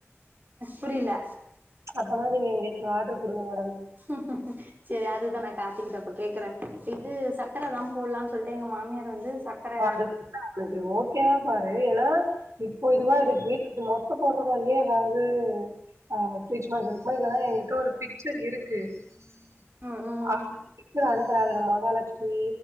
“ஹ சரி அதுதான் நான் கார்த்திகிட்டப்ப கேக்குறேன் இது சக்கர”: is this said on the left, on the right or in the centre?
Right